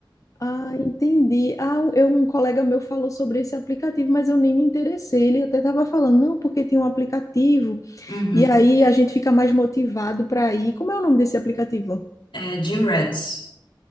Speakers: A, on the left; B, on the left.
A: Ah, entendi. Ah, um, eu, um colega meu falou sobre esse aplicativo, mas eu nem me interessei. Ele até estava falando, não, porque tem um aplicativo,
B: Uhum.
A: e aí a gente fica mais motivado para ir. Como é o nome desse aplicativo?
B: É Gym Rats.